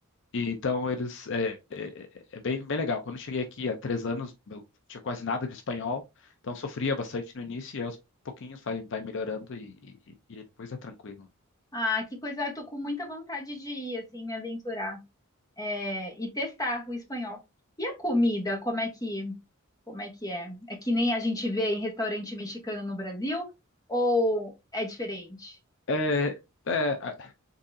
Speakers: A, on the left; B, on the left.
A: e então eles é, é, é bem, bem legal. Quando eu cheguei aqui há três anos, eu tinha quase nada de espanhol, então sofria bastante no início e aos pouquinhos vai, vai melhorando e, e, e depois é tranquilo.
B: Ah, que coisa, eu tô com muita vontade de ir, assim, me aventurar, é, e testar o espanhol. E a comida, como é que, como é que é? É que nem a gente vê em restaurante mexicano no Brasil, ou é diferente?
A: É, é, a,